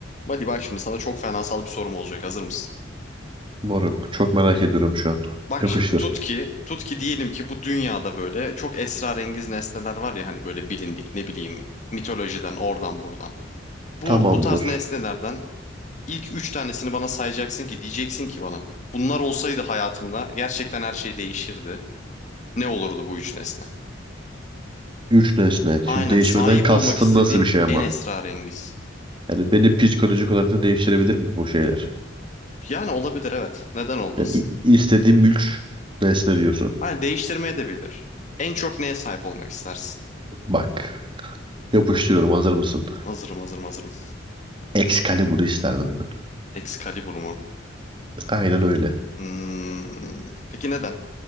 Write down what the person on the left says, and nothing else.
Mali bak şimdi sana çok fenasal bir sorum olacak. Hazır mısın?
Bak
şimdi tut ki, tut ki diyelim ki bu dünyada böyle çok esrarengiz nesneler var ya hani böyle bilindik ne bileyim mitolojiden oradan buradan. Bu
bu tarz nesnelerden ilk üç tanesini bana sayacaksın ki diyeceksin ki bana bunlar olsaydı hayatımda gerçekten her şey değişirdi. Ne olurdu bu üç nesne?
Aynen
sahip
olmak istediğin
en esrarengiz.
Yani olabilir evet. Neden olmasın?
Aynen değiştirmeye de bilir. En çok neye sahip olmak istersin?
Hazırım hazırım hazırım.
Excalibur mu?
Hmm, Peki neden?